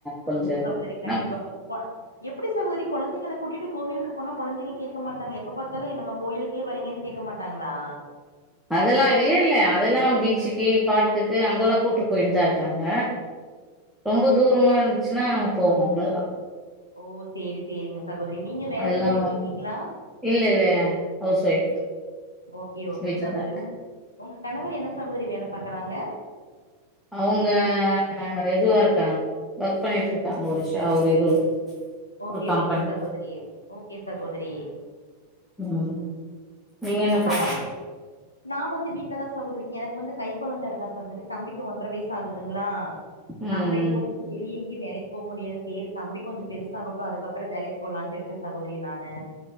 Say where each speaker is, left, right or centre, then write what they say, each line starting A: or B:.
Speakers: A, in the centre; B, on the left.
A: கொஞ்சோ
B: ஆமா சகோதரி கண்டிப்பா
A: னா
B: கொ எப்டி சகோதரி கொழந்தைங்கள கூட்டிட்டு கோவிலுக்கு போனா கொழந்தைங்க கேக்க மாட்டாங்க எப்ப பாத்தாலு என்னம்மா கோயிலுக்கே வரீங்கன் கேக்க மாட்டாங்ளா
A: அதெல்லாம் இல்ல இல்ல அதெல்லா இல்ல இல்ல அதெல்லா பீச்சுக்கு பார்க்குக்கு அங்கல்லா கூட்டு போய்ட்டுதா இருக்காங்க ரொம்ப தூரமா இருந்துச்சுன்னா போவோம் அவ்ளோதா
B: ஓ செரி செரிங்க சகோதரி நீங்க வேலைக்கி
A: அதெல்லா
B: போயிட்ருக்கிங்களா
A: இல்ல இல்ல ஹவுஸ் ஒய்ஃப் தா
B: ஓகே ஓகே
A: வீட்லதா
B: சகோதரி
A: இருக்கு
B: உங் உங்க கணவர் என்ன சகோதரி வேல பாக்கறாங்க
A: அவுங்க ரெதுவா இருக்காங்க ஒர்க் பண்ணிட்ருக்காங்க ஒருஷா ஒரு இதுல
B: ஓகே
A: ஒரு கம்பெனி
B: ஓகே சகோதிரி ஓகே சகோதிரி
A: ம்
B: நீங்க
A: என்ன பண்
B: படல் நா வந்து வீட்லதா சகோதரி எனக் வந்து கை கொழந்த இருக்கா சகோதரி தம்பிக்கு ஒன்ற வயஸ் தா ஆகுதுங்ளா
A: ம்
B: நம்ப இப்போதி வெளிய எங்யு வேலைக் போக முடியாது செரி தம்பி கொஞ்சப் பெருசாகட்டு அதுக்கப்பற வேலைக்கு போகலான்ட்டு இருக்கே சகோதரி நானு